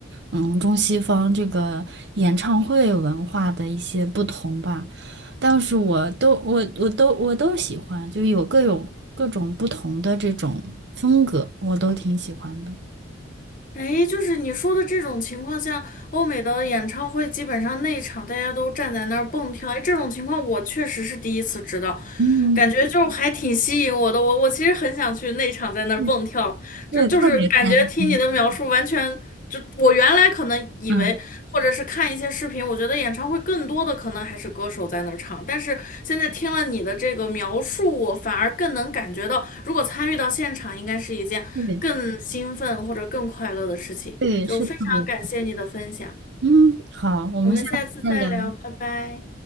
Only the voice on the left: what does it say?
哎，就是你说的这种情况下，欧美的演唱会基本上内场大家都站在那儿蹦跳，哎，这种情况我确实是第一次知道，
感觉就还挺吸引我的。我我其实很想去内场在那儿蹦跳。
就就是感觉听你的描述，完全就我原来可能以为，
或者是看一些视频，我觉得演唱会更多的可能还是歌手在那儿唱，但是现在听了你的这个描述，我反而更能感觉到，如果参与到现场，应该是一件更兴奋或者更快乐的事情。
就非常感谢你的分享，
我们下次再聊，拜拜。